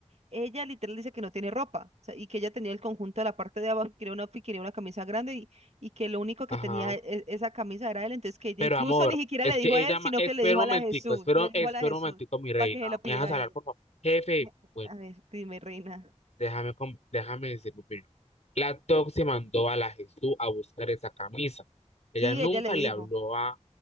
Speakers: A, on the right; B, on the left.
A: ella literal dice que no tiene ropa, o sea, y que ella tenía el conjunto de la parte de abajo, que quería una, que quería una camisa grande y, y que lo único que
B: Ajá.
A: tenía e- esa camisa era él, entonces que ella
B: Pero
A: incluso
B: amor,
A: ni siquiera
B: es
A: le
B: que
A: dijo a
B: ella,
A: él, sino
B: ma- espera
A: que le dijo
B: un
A: a
B: momentico,
A: la Jesús,
B: espera,
A: le dijo
B: espera
A: a la Jesús
B: un momentico, mi reina.
A: para que se lo pidiera
B: ¿Me dejas
A: a
B: hablar,
A: ella.
B: por favor? Jefe,
A: <laughs>
B: bueno,
A: A ver, dime, reina.
B: déjame, com- déjame decir mi opinión. La Toxi mandó a la Jesús a buscar esa camisa. Ella
A: Sí,
B: nunca
A: ella le dijo.
B: le habló a,